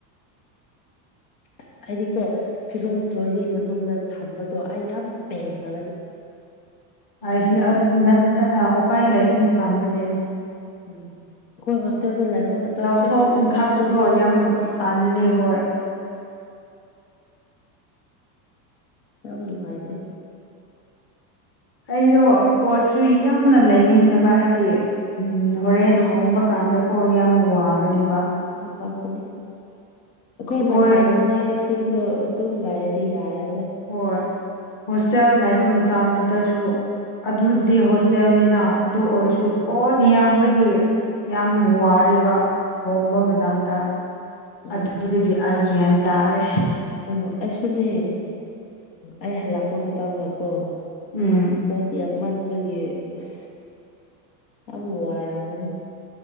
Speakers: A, on the left (about 80°); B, on the left (about 25°).
A: ꯑꯁ ꯑꯩꯗꯤꯀꯣ ꯐꯤꯔꯣꯜ ꯇ꯭ꯔꯣꯂꯤ ꯃꯅꯨꯡꯗ ꯊꯝꯕꯗꯣ ꯑꯩ ꯌꯥꯝ ꯄꯦꯟꯂꯕꯅꯦ꯫
B: ꯍꯥꯏꯁꯤꯅꯦ ꯑꯗꯨ ꯅ ꯅ ꯎꯄꯥꯏ ꯂꯩꯥꯏꯇꯅ ꯊꯝꯕꯅꯦ꯫
A: ꯎꯝ ꯑꯈꯣꯏ ꯍꯣꯁꯇꯦꯜꯗ ꯂꯩꯕ ꯃꯇꯝꯁꯨ
B: ꯂꯧꯊꯣꯛ
A: ꯑꯗꯨꯝ
B: ꯆꯤꯡꯈꯠꯄꯗꯣ
A: ꯇ꯭ꯔꯣꯂꯤꯗ
B: ꯌꯥꯝ
A: ꯊꯝꯃꯦ꯫
B: ꯇꯜꯂꯦ ꯍꯣꯏ
A: ꯌꯥꯝ ꯅꯨꯡꯉꯥꯏꯗꯦ
B: ꯑꯩꯗꯣ ꯄꯣꯠꯁꯨ ꯌꯥꯝꯅ ꯂꯩꯅꯤꯡꯗꯕ ꯍꯥꯏꯗꯤ ꯎꯝ ꯍꯣꯔꯦꯟ ꯍꯣꯡꯕ ꯀꯥꯟꯗꯀꯣ ꯌꯥꯝ ꯋꯥꯒꯅꯤꯕ꯫
A: ꯌꯥꯝ ꯋꯥꯒꯅꯤ ꯑꯩꯈꯣꯏꯅ
B: ꯑꯩꯈꯣꯏ
A: ꯄꯥꯏꯅꯤꯡꯉꯥꯏꯁꯦ ꯁꯤꯡꯗꯣ ꯑꯗꯨꯝ ꯂꯩꯔꯗꯤ ꯌꯥꯔꯦꯗ꯫
B: ꯍꯣꯏ꯫ ꯍꯣꯁꯇꯦꯜ ꯂꯥꯏꯕ ꯃꯇꯝꯗꯨꯗꯁꯨ ꯑꯗꯨꯗꯤ ꯍꯣꯁꯇꯦꯜꯅꯤꯅꯥ꯫ ꯑꯗꯨ ꯑꯣꯏꯔꯁꯨ
A: ꯎꯝ
B: ꯄꯣꯠ ꯌꯥꯝꯕꯒꯤ ꯌꯥꯝ ꯋꯥꯔꯦꯕ꯫ ꯍꯣꯡꯕ
A: ꯎꯝ
B: ꯃꯇꯝꯗ
A: ꯎꯝ
B: ꯑꯗꯨꯗꯒꯤ ꯑꯩ ꯒ꯭ꯌꯥꯟ ꯇꯥꯔꯦ꯫
A: ꯎꯝ ꯑꯩꯁꯨꯅꯦ ꯑꯩ ꯍꯜꯂꯛꯄ ꯃꯇꯝꯗꯀꯣ
B: ꯎꯝ꯫
A: ꯄꯣꯠ ꯌꯥꯝꯃꯟꯕꯒꯤ ꯑꯁ ꯌꯥꯝ ꯋꯥꯔꯝꯕꯅꯦ꯫